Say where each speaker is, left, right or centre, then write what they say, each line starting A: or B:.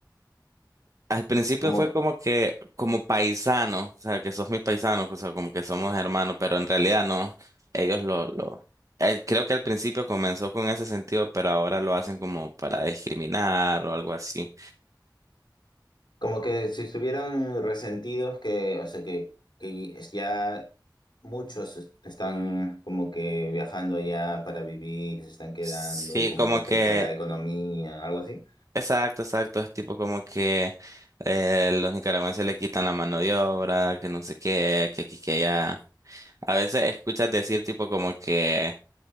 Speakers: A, on the right; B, on the left.
A: al principio
B: Como,
A: fue como que, como paisano, o sea, que sos mis paisanos o sea, como que somos hermanos, pero en realidad no, ellos lo, lo, eh, creo que al principio comenzó con ese sentido, pero ahora lo hacen como para discriminar o algo así.
B: como que si estuvieran resentidos que, o sea, que, que es- ya muchos es- están como que viajando ya para vivir, se están quedando
A: Sí,
B: y como
A: como
B: que afecta
A: que
B: la economía, algo así.
A: Exacto, exacto. Es tipo como que eh, los nicaragüenses le quitan la mano de obra, que no sé qué, que aquí, que allá. A veces escuchas decir tipo como que,